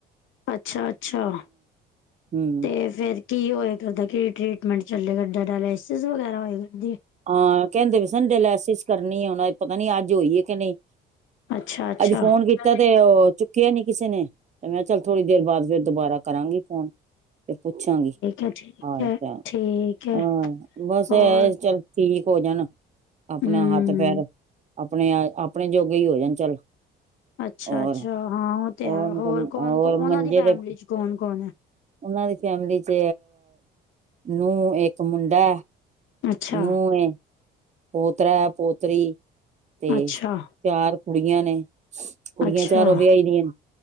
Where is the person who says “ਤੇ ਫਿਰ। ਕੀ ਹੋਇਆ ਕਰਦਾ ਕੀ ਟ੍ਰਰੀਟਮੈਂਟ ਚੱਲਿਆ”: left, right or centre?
Left